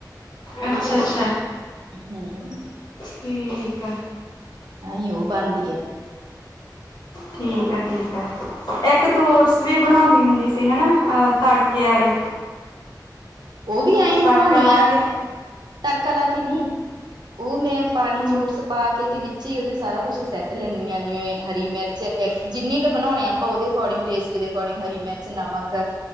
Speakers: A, on the left; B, on the right.
A: ਅੱਛਾ-ਅੱਛਾ।
B: ਹਮ।
A: ਠੀਕ ਆ,
B: ਨਾ ਈ ਉਹ ਬਣਦੀ ਆ।
A: ਠੀਕ ਆ ਠੀਕ ਆ ਇੱਕ ਤੂ ਓਟਸ ਵੀ ਬਣਾਉਂਦੀ ਹੁੰਦੀ ਸੀ ਤੇ ਹਨਾ ਅਹ ਤੜਕੇ ਵਾਲੇ
B: ਉਹ ਵੀ ਐਈ
A: ਤੜਕਾ
B: ਬਣਾਉਣੀ
A: ਲਾ
B: ਆ,
A: ਕੇ
B: ਤੜਕਾ ਲਾ ਕੇ ਨਹੀਂ। ਉਹ ਮੈਂ ਪਾਣੀਚ
A: ਹੂੰ
B: ਓਟਸ ਪਾ ਕੇ ਤੇ ਵਿੱਚ ਹੀ ਉਹਦੇ ਸਾਰਾ ਕੁਛ ਸੈੱਟ ਲੈਂਦੀ ਹਾਂ ਜਿਵੇਂ ਹਰੀ ਮਿਰਚ, ਜਿੰਨੀ ਕੁ ਬਣਾਉਣੀ ਆ ਆਪਾਂ ਉਹਦੇ ਅਕੋਰਡਿੰਗ ਟੇਸਟ ਦੇ ਅਕੋਰਡਿੰਗ ਹਰੀ ਮਿਰਚ, ਨਮਕ